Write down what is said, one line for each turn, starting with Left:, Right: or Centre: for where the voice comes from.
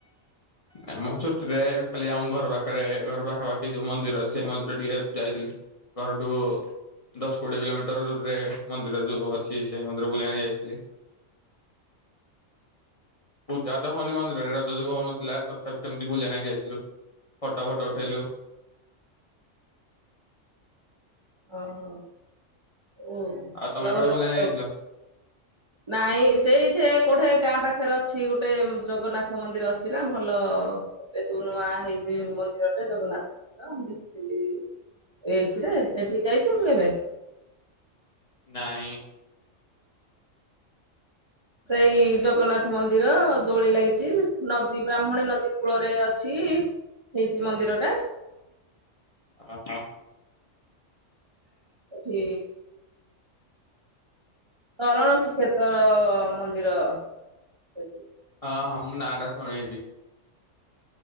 Left: ଆ ମୁଁ ଛୁଟିରେ ଖାଲି ଆମ ଘର ପାଖରେ ଘର ପାଖା ପାାଖି ଯୋଉ ମନ୍ଦିର ଅଛି ସେଇ ମନ୍ଦିର ଟିକେ ଯାଇଥିଲି। ଘର ଠୁ ଦଶ କୋଡ଼ିଏ କିଲୋମିଟର ଦୂରରେ ମନ୍ଦିର ଯୋଉ ଅଛି, ସେଇ ମନ୍ଦିର ବୁଲିବା ପାଇଁ ଯାଇଥିଲି। ପୂଜା ତ ହଉନି ମନ୍ଦିରରେ ରଜଯୋଗୁଁ ହଉନଥିଲା ତ ତ ସେମିତି ବୁଲିବା ଲାଗି ଯାଇଥିଲୁ ଫଟୋ ଫଟୋ ଉଠେଇଲୁ।
Right: ଓହୋ ଓ
Left: ଆଉ ତମେ
Right: ଭଲ
Left: କୁଆଡେ
Right: ଭଲ
Left: ବୁଲିବା
Right: ଫଟୋ
Left: ନାଗି ଯାଇଥିଲ?
Right: ନାଇଁ ସେଇଠେ କୋଠେ ଗାଁ ପାଖରେ ଅଛି, ଗୋଟେ ଜଗନ୍ନାଥ ମନ୍ଦିର ଅଛି ନା ଭଲ ଏବେ ସବୁ ନୂଆ ହେଇଛି ମନ୍ଦିରଟେ ଜଗନ୍ନାଥ ମନ୍ଦିର ମୁ ଦେଖିଥିଲି ଏଲ୍ସି ରେ। ସେଠିକି ଯାଇଛୁ କେବେ।
Left: ନାଇଁ।
Right: ସେଇ ଜଗନ୍ନାଥ ମନ୍ଦିର ଦୋଳି ଲାଗିଛି ନଦୀ, ବ୍ରାହ୍ମଣୀ ନଦୀ କୂଳରେ ଅଛି। ହେଇଛି ମନ୍ଦିର ଟା।
Left: ଅ ହଁ।
Right: ସେଠି ସରଣ ଶ୍ରୀକ୍ଷେତ୍ର ମନ୍ଦିର ସେଠି।
Left: ହଁ ହଁ ମୁଁ ନାଁ ଟା ଶୁଣିଛି।